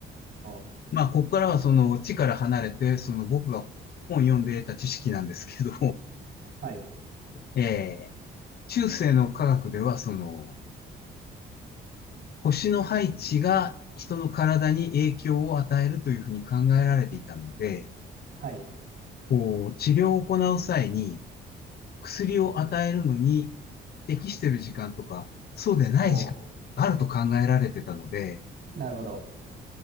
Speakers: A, on the right; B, on the left.
A: ー、
B: まあ、ここからはその地から離れて、その僕が本読んで得た知識なんですけど、
A: はい、
B: えー中世の科学では、その、星の配置が人の体に影響を与えるというふうに考えられていたので、
A: はい、
B: こう治療を行う際に薬を与えるのに適している時間とか、そうでない時間があると考えられてたので、
A: おー、なるほど。